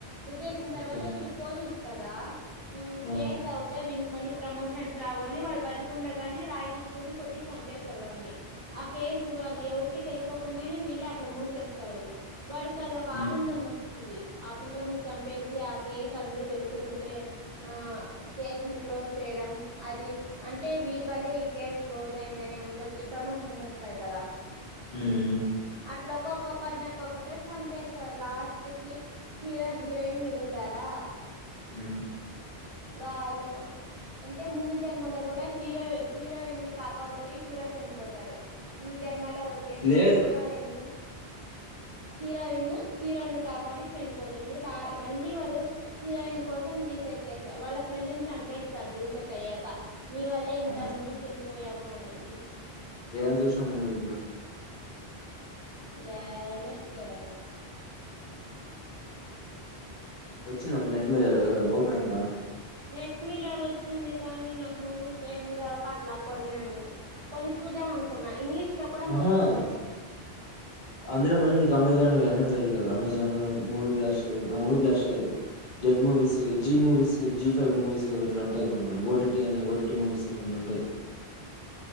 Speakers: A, on the right; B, on the left.
A: గుద్దేసిన
B: ఓకే
A: తర్వాత వీడు పోలీసు కదా
B: ఆ
A: కేసు అవుతే వీన్కి మళ్ళీ ప్రమోషన్స్ రావని వాడు బతుకుండగానే రాయి తీసుకొని కొట్టి చంపసాడు వాడిని ఆ కేసు వాళ్ళు ఎవరికి తెలియకోకుండాని వీళ్ళు అట్లా మూసేస్తారు వాడికి అదొక
B: మ్మ్
A: ఆనందం వస్తుంది ఆ పిల్లోని చంపేసి ఆ కేసు అందరు వెతుకుతుంటే ఆ కేసు ని క్లోజ్ చేయడం అది అంటే వీటి వల్లే ఈ కేసు క్లోజ్ అయిందిని అందరికి ప్రమోషన్స్ వస్తాయి కదా
B: మ్మ్
A: అట్లా ఒక్కొక్కొక్కటిని ఒక్కొక్కటే చంపేస్తారు లాస్ట్ కి హీరో హీరోయిన్ మిగులుతారా
B: మ్మ్
A: వాళ్ళ అంటే ముందు జన్మలో కూడా హీరో హీరోయిన్ ని కాపాడుపోయి హీరో చనిపోతాడు ఈ జన్మ లో వచ్చేసి
B: లేదు
A: హీరోయిన్ ను హీరోయిన్ హీరోయిన్ ని కాపాడి చనిపోతుంది లా మళ్ళీ వాడు హీరోయిన్ కోసం రీసెర్చ్ చేస్తా వాళ్ళ ఫ్రెండ్ని చంపేస్ స్తాడు రిసెట్ అయ్యాక నీ వల్లే ఇంత
B: ఆ
A: మంది చనిపోయాము అనేసి
B: ఏం జూసినవ్ మూవి ది
A: ఇది ఎంఎక్స్ ప్లేయర్లా
B: వచ్చిందమ్ నెట్ మీరర్ ఓపన్ అయింద
A: నెట్ మీరర్ వచ్చింది కానీ నాకు మూవీ ఏ దొరక అట్లా కొరియన్వి కొన్ని చూద్దాం అనుకున్నా ఇంగ్లీష్ లో కూడా
B: ఆహా
A: మూవీ చూద్దాం అనుకు
B: అందులో మళ్ళీ నీకు అమెజాన్ అని ఉంటా చూడు అమెజాన్ మూవీ బ్లాష్ట్ ఆ మూవీ బ్లాష్ట్ కాదు jet movies Zee movies Zee five movies లోంటాయి కొన్ని కొన్ని ఓడిటి అని ఓడి మూవిస్ కొన్ని ఉంటాయి